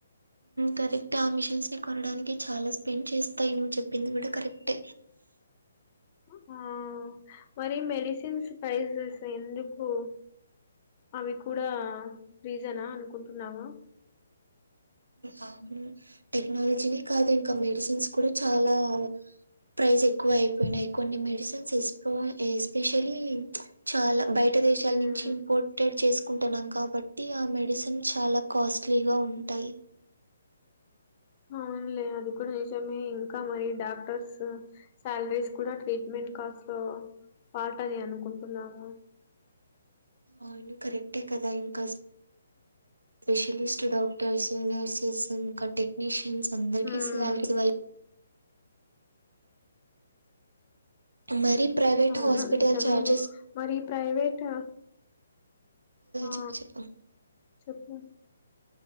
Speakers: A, on the right (about 70°); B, on the left (about 30°).
A: కరెక్ట్ ఆ మిషన్స్ ని కొనడానికి చాలా స్పెండ్ చేస్తారు నువ్వు చెప్పింది కూడా కరెక్ట్
B: ఉహు మరి మెడిసిన్స్ ప్రైసెస్ ఎందుకు అవి కూడా రీజనా అనుకుంటున్నావ
A: అవును టెక్నాలజీని కాదక్క ఇంకా మెడిసిన్స్ కూడా చాలా ప్రైస్ ఎక్కువ అయిపోయినాయి కొన్ని మెడిసిన్స్ ఎస్ ఎస్పెషియల్లీ చాల బయట దేశాల
B: మ్మ్
A: నుంచి ఇంపోర్టెడ్ చేసుకుంటున్నాం కాబట్టి ఆ మెడిసిన్ చాలా కాస్ట్లీగా ఉంటాయి
B: అవునులే అది కూడా నిజమే ఇంకా మరి డాక్టర్స్ సాలరీస్ కూడా ట్రీట్మెంట్ కాస్ట్ లో పాటయి అనుకుంటున్నాను
A: అవును కరెక్టే కదా ఇంకాస్ స్పెషలిస్ట్ డాక్టర్స్ నర్సెస్ ఇంకా టెక్నీషియన్స్ అందరికి
B: మ్మ్
A: సాలీరి ఇవ్వాలి మరి ప్రైవేట్
B: అవును
A: హాస్పిటల్
B: నిజమేలే
A: ఛార్జెస్
B: మరి ప్రైవేట్ ఆ
A: చెప్పు చెప్పు
B: చెప్పు